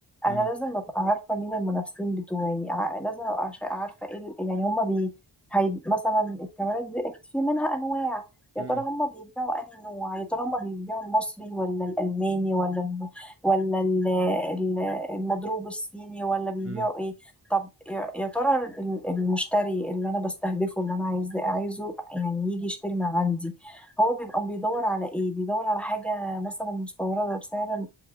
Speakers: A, in the centre; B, on the right (about 35°).
A: أنا
B: امم
A: لازم أبقى عارفة مين المنافسين بتوعي ع- لازم أبقى عش- عارفة إيه ال- يعني هما بي هي مثلا الكاميرات دي أكيد في منها أنواع يا
B: امم
A: ترى هما بيبيعوا أنهي نوع يا ترى هما بيبيعوا المصري ولا الألماني ولا الم- ولا ال- ال- المضروب الصيني ولا بيبيعوا
B: امم
A: إيه طب يا يا ترى ال- المشتري اللي أنا بستهدفه اللي أنا عايز عايزه يعني يجي يشتري من عندي هو بيبقى بيدور على ايه بيدور على حاجة مثلا مستورده بسعر